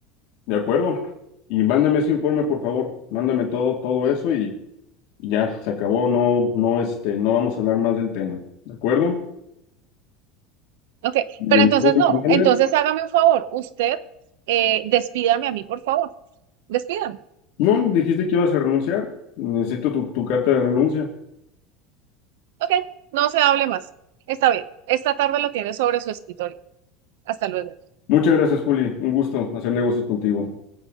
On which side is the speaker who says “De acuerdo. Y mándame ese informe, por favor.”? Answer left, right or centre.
Left